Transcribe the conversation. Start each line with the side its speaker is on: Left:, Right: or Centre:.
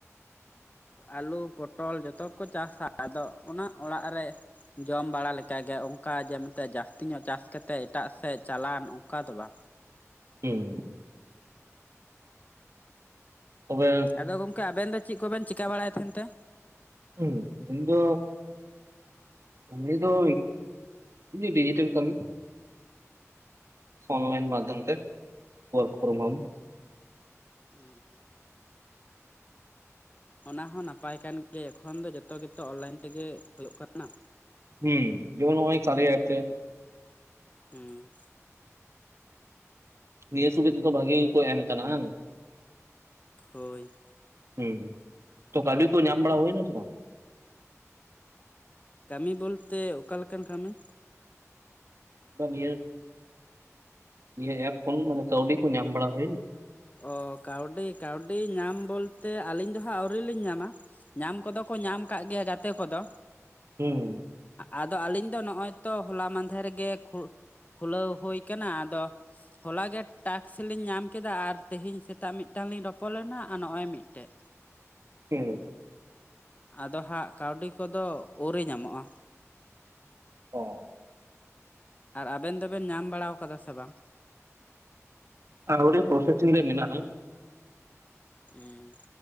Left: ᱟᱹᱞᱩ ᱯᱚᱴᱚᱞ ᱡᱚᱛᱚ ᱠᱚ ᱪᱟᱥᱟ ᱟᱫᱚ ᱚᱱᱟ ᱚᱲᱟᱜ ᱨᱮ ᱡᱚᱢ ᱵᱟᱲᱟ ᱞᱮᱠᱟᱜᱮ ᱚᱱᱠᱟ ᱡᱮ ᱢᱮᱱᱛᱮᱫ ᱡᱟᱹᱥᱛᱤ ᱧᱚᱜ ᱪᱟᱥ ᱠᱟᱛᱮᱫ ᱮᱴᱟᱜ ᱥᱮᱫ ᱪᱟᱞᱣᱟᱱ ᱚᱱᱠᱟ ᱫᱚ ᱵᱟᱝ
Right: ᱦᱩᱸ ᱛᱚᱵᱮ
Left: ᱟᱫᱚ ᱜᱚᱢᱠᱮ ᱟᱵᱮᱱ ᱫᱚ ᱪᱮᱫ ᱠᱚᱵᱮᱱ ᱪᱤᱠᱟᱹ ᱵᱟᱲᱟᱭ ᱛᱟᱦᱮᱱ ᱛᱮ
Right: ᱦᱩᱸ ᱤᱧ ᱫᱚ <inaudible> ᱫᱚ ᱰᱤᱡᱤᱴᱮᱞ ᱠᱟᱹᱢᱤ ᱚᱱᱞᱟᱭᱤᱱ ᱢᱟᱫᱷᱚᱢ ᱛᱮ <unintelligible>
Left: ᱦᱩᱸ ᱚᱱᱟ ᱦᱚᱸ ᱱᱟᱯᱟᱭ ᱠᱟᱱ ᱜᱮᱭᱟ ᱮᱠᱷᱚᱱ ᱫᱚ ᱡᱚᱛᱚ ᱜᱮᱛᱚ ᱚᱱᱞᱟᱭᱤᱱ ᱛᱮᱜᱮ ᱦᱩᱭᱩᱜᱳᱜ ᱠᱟᱱᱟ
Right: ᱦᱩᱸ ᱡᱮᱢᱚᱱ ᱚᱭ ᱠᱟᱨᱭᱟ ᱮᱯ ᱨᱮ
Left: ᱦᱮᱸ
Right: ᱱᱤᱭᱟᱹ ᱥᱩᱵᱤᱫᱷᱟ ᱛᱮᱫᱚ ᱵᱷᱟᱜᱤ ᱜᱮ ᱠᱚ ᱮᱢ ᱠᱟᱱᱟ ᱦᱟᱸ
Left: ᱦᱳᱭ
Right: ᱦᱩᱸ ᱛᱚ ᱠᱟᱹᱣᱰᱤ ᱠᱚ ᱧᱟᱢ ᱵᱟᱲᱟ ᱦᱚᱭ ᱥᱮ ᱵᱟᱝ
Left: ᱠᱟᱹᱢᱤ ᱵᱚᱞᱛᱮ ᱚᱠᱟᱞᱮᱠᱟᱱ ᱠᱟᱹᱢᱤ
Right: ᱵᱟᱹᱱᱤᱭᱟᱹ ᱱᱤᱭᱟᱹ ᱮᱯ ᱠᱷᱚᱱ ᱢᱟᱱᱮ ᱠᱟᱹᱣᱰᱤ ᱠᱚ ᱧᱟᱢ ᱵᱟᱲᱟᱭ ᱦᱩᱭ ᱱᱟ᱾
Left: ᱚ ᱠᱟᱹᱣᱰᱤ ᱠᱟᱹᱣᱰᱤ ᱧᱟᱢ ᱵᱚᱞᱛᱮ ᱟᱹᱞᱤᱧ ᱫᱚᱦᱟᱸᱜ ᱟᱹᱣᱨᱤ ᱞᱤᱧ ᱧᱟᱢᱟ᱾ ᱧᱟᱢ ᱠᱚᱫᱚ ᱠᱚ ᱧᱟᱢ ᱠᱫ ᱜᱮᱭᱟ ᱜᱟᱛᱮ ᱠᱚᱫᱚ᱾
Right: ᱦᱩᱸ
Left: ᱟᱫᱚ ᱟᱹᱞᱤᱧ ᱫᱚ ᱱᱚᱜᱼᱚᱭ ᱛᱚ ᱦᱚᱞᱟ ᱢᱟᱦᱫᱷᱮᱨ ᱨᱮᱜᱮ ᱠᱷᱩᱞᱟᱹᱣ ᱦᱩᱭ ᱟᱠᱟᱱᱟ ᱟᱫᱚ ᱦᱚᱞᱟᱜᱮ ᱴᱟᱠᱥ ᱞᱤᱧ ᱧᱟᱢᱠᱟ ᱟᱨ ᱛᱮᱦᱮᱧ ᱥᱮᱛᱟᱜ ᱢᱤᱫᱴᱟᱝ ᱞᱤᱧ ᱨᱚᱯᱚᱲ ᱞᱮᱱᱟ ᱟᱨ ᱱᱚᱜ ᱚᱭ ᱢᱤᱫᱴᱮᱱ
Right: ᱦᱩᱸ
Left: ᱟᱫᱚ ᱦᱟᱸᱜ ᱠᱟᱹᱣᱰᱤ ᱠᱚᱫᱚ ᱩᱨᱤ ᱧᱟᱢᱚᱜᱼᱟ᱾
Right: ᱚᱸ
Left: ᱟᱨ ᱟᱵᱮᱱ ᱫᱚᱵᱮᱱ ᱧᱟᱢ ᱵᱟᱲᱟ ᱟᱠᱟᱫᱟ ᱥᱮ ᱵᱟᱝ?
Right: ᱟᱹᱣᱨᱤ ᱯᱨᱳᱚᱥᱥᱤᱝ ᱨᱮ ᱢᱮᱱᱟᱜᱼᱟ᱾
Left: ᱦᱮᱸ